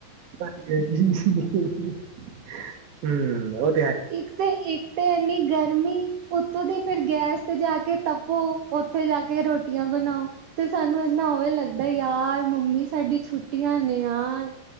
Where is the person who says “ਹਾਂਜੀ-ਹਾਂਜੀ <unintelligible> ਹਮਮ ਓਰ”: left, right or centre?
Right